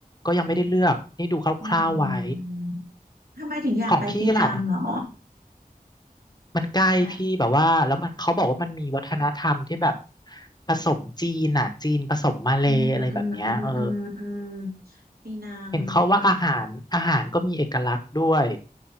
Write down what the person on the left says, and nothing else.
ก็ยังไม่ได้เลือกนี่ดูคร่าวๆไว้
ของพี่ล่ะมันใกล้พี่แบบว่าแล้วมันเขาบอกว่ามันมีวัฒนธรรมที่แบบ
ผสมจีนอ่ะจีนผสมมาเลย์อะไรแบบเนี้ยเออ
เห็นเขาว่าอาหารอาหารก็มีเอกลักษณ์ด้วย